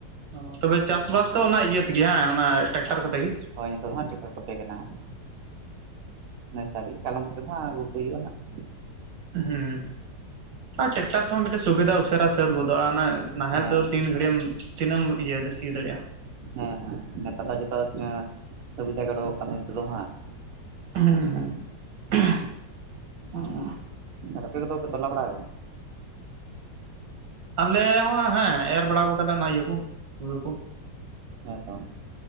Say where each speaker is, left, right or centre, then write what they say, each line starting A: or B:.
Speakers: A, on the right (about 80°); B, on the right (about 60°).
A: ᱚ, ᱛᱚᱵᱮ ᱪᱟᱥᱵᱟᱥ ᱫᱚ ᱚᱱᱟ ᱤᱭᱟᱹ ᱛᱮᱜᱮ ᱟᱸᱸ ᱚᱱᱟ ᱴᱨᱟᱠᱴᱟᱨ
B: ᱦᱳᱭ
A: ᱠᱚᱛᱮ ᱜᱮ ᱾
B: ᱦᱳᱭ, ᱱᱤᱛᱚᱜ ᱫᱚ ᱦᱟᱸᱜ ᱴᱨᱟᱠᱴᱟᱨ ᱠᱚᱛᱮ ᱜᱮ ᱱᱟᱦᱟᱜ, ᱱᱮᱥ ᱫᱷᱟᱹᱵᱤᱡ ᱜᱮ ᱠᱟᱞᱚᱢ ᱠᱚᱛᱮ ᱫᱚ ᱦᱟᱸᱜ ᱟᱹᱜᱩ ᱠᱚ ᱦᱩᱭᱩᱜᱼᱟ ᱦᱟᱸᱜ ᱾
A: ᱦᱩᱸ, ᱟᱨ ᱴᱮᱠᱴᱟᱨ ᱠᱚᱦᱚᱸ ᱢᱤᱫᱴᱮᱱ ᱥᱩᱵᱤᱫᱟ ᱩᱥᱟᱹᱨᱟ ᱥᱟᱹᱛ ᱜᱚᱫᱚᱜᱼᱟ ᱱᱟᱜ ᱾ ᱱᱟᱦᱮᱞ
B: ᱦᱮᱸ
A: ᱛᱮᱫᱚ ᱛᱤᱱ ᱜᱷᱟᱹᱲᱤᱡ ᱮᱢ ᱛᱤᱱᱟᱹᱜ ᱮᱢ ᱤᱭᱟᱹᱥᱤ ᱫᱟᱲᱮᱭᱟᱜᱼᱟ ᱾
B: ᱦᱮᱸ ᱦᱮᱸ ᱱᱮᱛᱟᱨ ᱫᱚ ᱡᱚᱛᱚ ᱮᱸ ᱥᱩᱵᱤᱫᱟ ᱜᱮ ᱚᱸᱰᱚᱜᱚᱜ ᱠᱟᱱᱟ ᱱᱮᱥᱛᱮᱫᱚ ᱦᱟᱸᱜ ᱾
A: ᱫᱷᱩᱸ-ᱠᱷᱮᱸ--ᱩᱸ
B: ᱦᱮᱸ ᱟᱨ ᱟᱯᱮ ᱠᱚ ᱫᱚ ᱯᱮ ᱛᱟᱞᱟ ᱵᱟᱲᱟ
A: ᱟᱞᱮ ᱦᱚᱸ ᱦᱮᱸ ᱮᱨ ᱵᱟᱲᱟ ᱟᱠᱟᱫᱟᱞᱮ ᱚᱱᱟ ᱤᱭᱟᱹ ᱠᱚ ᱦᱩᱲᱩ ᱠᱚ ᱾
B: ᱛᱟᱝ-ᱰᱷᱩᱜ